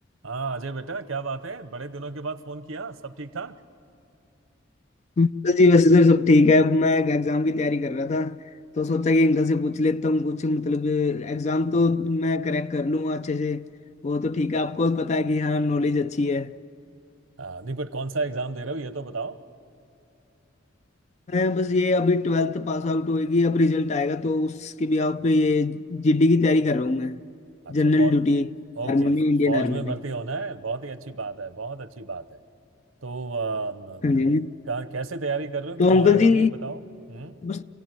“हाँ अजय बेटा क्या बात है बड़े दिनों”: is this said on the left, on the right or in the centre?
Right